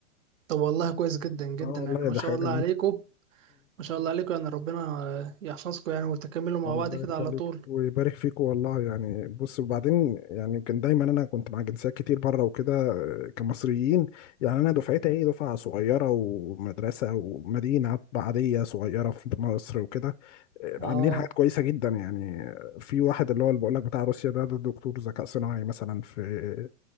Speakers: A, on the right; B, on the left.
A: طب والله كويس جدا جدا
B: اه والله
A: يعني ما
B: دي
A: شاء
B: حاجة
A: الله
B: جميلة
A: عليكم ما شاء الله عليكم يعني ربنا يحفظكم يعني وتكملوا مع
B: الله
A: بعض كده
B: يخليك
A: على طول
B: ويبارك فيك والله يعني بص وبعدين يعني كان دايما انا كنت مع جنسيات كتير بره وكده آه، كمصريين يعني انا دفعتي ايه دفعه صغيره ومدرسه ومدينه عاديه صغيره في مصر وكده آه،
A: اه
B: عاملين حاجات كويسه جدا يعني في واحد اللي هو اللي بقول لك بتاع روسيا ده ده دكتور ذكاء صناعي مثلا في